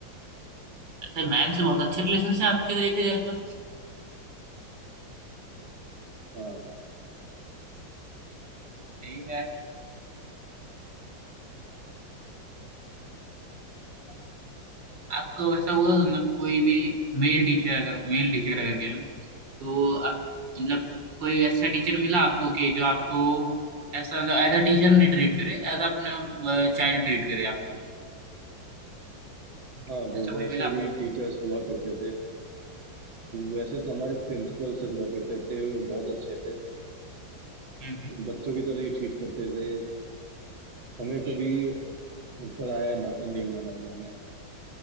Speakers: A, on the right; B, on the right.
A: अच्छा मैम से बहुत अच्छे रिलेशन है आपके देखे जाए तो
B: हाँ
A: सही है आपको ऐसा हुआ तो मतलब कोई भी मेल टीचर अगर मेल टीचर अगर गए तो आप मतलब कोई ऐसा टीचर मिला आपको कि जो आपको ऐसा मतलब एज अ टीचर नहीं ट्रीट करे एज अपना चाइल्ड ट्रीट करे आपको
B: हाँ भाई
A: ऐसा कोई
B: वैसे
A: मिला आपको?
B: भी टीचर्स हुआ करते थे वैसे तो हमारे प्रिंसिपल सर हुआ करते थे वो बहुत अच्छे थे
A: हम्म
B: बच्चों की तरह ही ट्रीट करते थे हमें
A: हम्म
B: कभी पराया ना नहीं माना उन्होंने